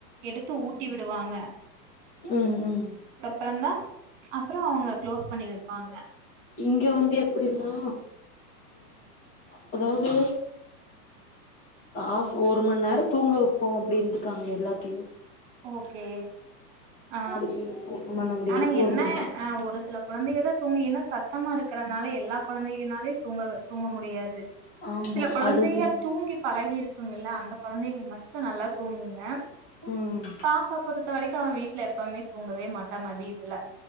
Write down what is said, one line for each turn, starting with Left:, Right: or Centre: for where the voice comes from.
Right: எடுத்து ஊட்டி விடுவாங்க
Left: ம் ம்
Right: அப்பறம் தான் அப்பறோ அவங்க க்ளோஸ் பண்ணி வைப்பாங்க
Left: இங்க வந்து எப்டின்னா ஆ அதாது ஆஃப் ஒரு மண் நேரம் தூங்க வெப்போம் அப்படின்னு இருக்காங்க எல்லாத்தியும்
Right: ஓகே ஆ
Left: அதுக்கு மேல ஒண்ணு பண்ண முடியாது
Right: ஆனா என்ன
Left: ஒரு மண் நேரோ
Right: ஆ ஒரு சில கொழந்தைங்க தான் தூங்கி ஏன்னா சத்தமா இருக்கறனால எல்லா கொழந்தைங்கனாலையும் தூங்க தூங்க முடியாது
Left: ஆமா
Right: சில கொழந்தைங்க
Left: அழுகு
Right: தூங்கி பழகி இருக்குங்கல்ல அந்த குழந்தைங்க மட்டும் நல்லா தூங்குங்க
Left: ம்
Right: பாப்பா பொறுத்த வரைக்கும் அவ வீட்ல எப்பமே தூங்கவே மாட்டா மதியதுல